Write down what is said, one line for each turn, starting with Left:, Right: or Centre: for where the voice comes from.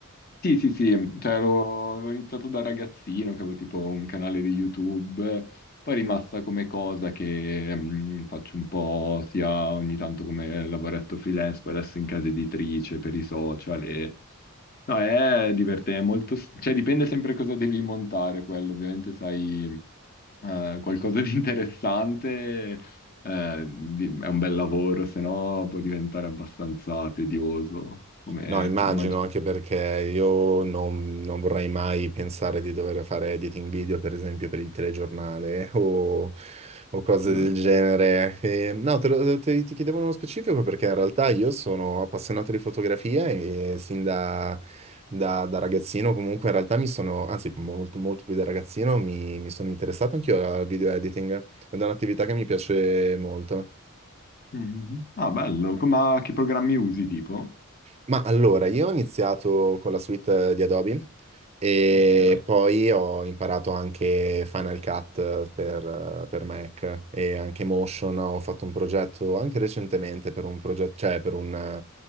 Left: Sì, sì, sì, cioè ero- avevo iniziato da ragazzino, che avevo tipo un canale di YouTube, poi è rimasta come cosa che mm, faccio un po' sia ogni tanto come lavoretto freelance, poi adesso in casa editrice per i social e... No, è divertente, è molto... cioè dipende sempre cosa devi montare quello, ovviamente sai eh, qualcosa di interessante, eh, di- è un bel lavoro, se no può diventare abbastanza tedioso, come
Right: No, immagino
Left: immagino.
Right: anche perché io non, non vorrei mai pensare di dover fare editing video, per esempio, per il telegiornale <laughs> o, o cose
Left: <laughs>
Right: del genere. E, no, te lo- te- ti chiedevo nello specifico perché in realtà io sono appassionato di fotografia e sin da, da- da ragazzino comunque in realtà mi sono, anzi molto, molto più da ragazzino, mi, mi sono interessato anch'io al video editing ed è un'attività che mi piace molto.
Left: Mhm. Ah, bello. Co- Ma che programmi usi, tipo?
Right: Ma allora, io ho iniziato con la suite eh, di Adobe e
Left: Ok.
Right: poi ho imparato anche Final Cut per, eh, per Mac e anche Motion. Ho fatto un progetto anche recentemente per un progetto, cioè per un, eh,